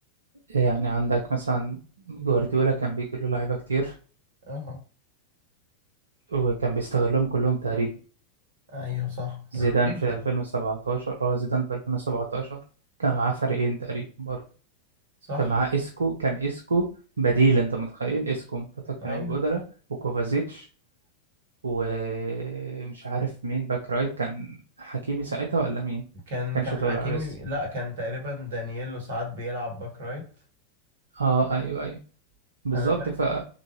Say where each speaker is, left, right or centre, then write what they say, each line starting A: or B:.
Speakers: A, on the right; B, on the right.
A: يعني عندك مثلا جوارديولا كان بيجي له لعيبة كتير
B: اه
A: وكان بيستغلهم كلهم تقريبا
B: ايوه صح
A: زيدان
B: روتيشن
A: في 2017 اه زيدان في 2017 كان معاه فريقين تقريبا برضه
B: صح
A: كان معاه اسكو كان اسكو بديل انت متخيل اسكو ومراته كانوا
B: ايوه
A: بدلة وكوفازيتش ومش عارف مين باك رايت كان حكيمي ساعتها ولا مين
B: كان
A: كانش
B: كان
A: طالع
B: حكيمي
A: لسه
B: لا كان تقريبا دانييلو ساعات بيلعب باك رايت
A: اه ايوه ايوه بالظبط
B: انا فاكر
A: ف